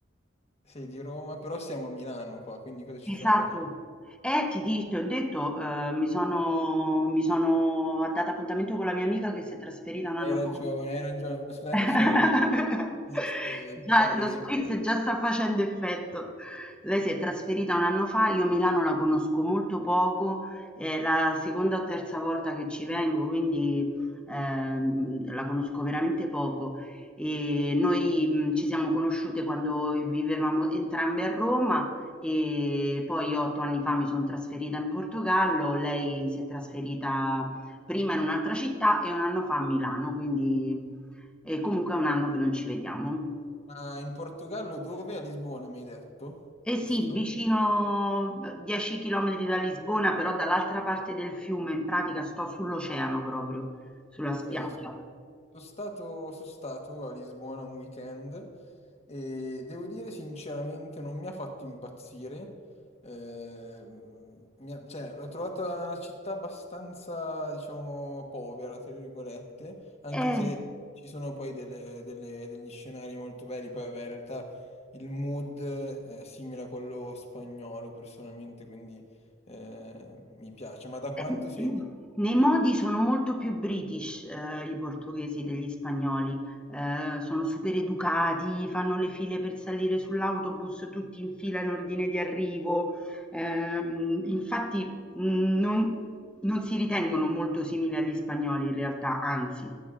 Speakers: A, on the left; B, in the centre.
A: Sei di Roma, però siamo a Milano qua, quindi cosa ci fai
B: Esatto.
A: a Milano?
B: Eh, ti di ti ho detto, eh, mi sono, mi sono data appuntamento con la mia amica che si è trasferita un anno
A: Hai ragione,
B: fa.
A: hai ragione, scusa
B: <laughs>
A: che sono il- mi
B: Già,
A: perdo
B: lo
A: dei
B: spritz
A: pezzi.
B: già sta facendo effetto. Lei si è trasferita un anno fa, io Milano la conosco molto poco, è la seconda o terza volta che ci vengo, quindi ehm, la conosco veramente poco. E noi mh, ci siamo conosciute quando vivevamo entrambe a Roma e poi io otto anni fa mi son trasferita in Portogallo, lei si è trasferita prima in un'altra città e un anno fa a Milano, quindi e comunque è un anno che non ci vediamo.
A: Ma in Portogallo dove? A Lisbona mi hai detto,
B: Eh
A: giusto?
B: sì, vicino 10 chilometri da Lisbona, però dall'altra parte del fiume, in pratica sto sull'oceano proprio, sulla spiaggia.
A: Ok, Sono stato, sono stato a Lisbona un weekend e devo dire sinceramente non mi ha fatto impazzire. Ehm, mi ha- cioè, l'ho trovata una città abbastanza, diciamo, povera, tra virgolette, anche
B: Eh.
A: se ci sono poi delle- delle- degli scenari molto belli. Poi, vabbè, in realtà il mood è simile a quello spagnolo personalmente, quindi eh, mi piace. Ma da
B: Ehm,
A: quanto sei lì?
B: Nei modi sono molto più british, ehm, i portoghesi degli spagnoli, ehm, sono super educati, fanno le file per salire sull'autobus tutti in fila in ordine di arrivo, ehm, infatti, mhmm, non non si ritengono molto simili agli spagnoli in realtà, anzi.